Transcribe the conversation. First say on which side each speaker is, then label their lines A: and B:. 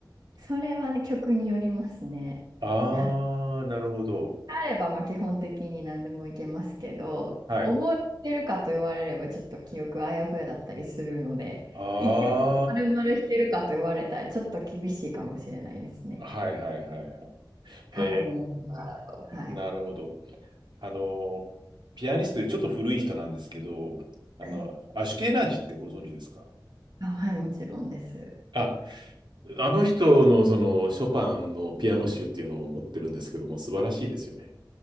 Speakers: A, on the right; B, on the right.
A: それはね、曲によりますね。
B: ああ、
A: はい
B: なるほど。
A: あれば、まあ、基本的に何でもいけますけど、
B: はい。
A: 覚えてるかと言われれば、ちょっと記憶あやふやだったりするので、
B: あ
A: 一曲丸々弾けるかと言われたら、ちょっと厳しいかもしれないですね。
B: あ、はいはいはいはい。
A: 過去のものとかだと。
B: へ
A: はい。
B: え、なるほど。あの、ピアニストでちょっと古い人なんですけど、あの、
A: はい。
B: アシュケナージってご存知ですか
A: あ、はい、もちろんです。
B: あ、あの人のそのショパンのピアノ集っていうのを持ってるんですけども、
A: はい
B: 素晴らしいですよね。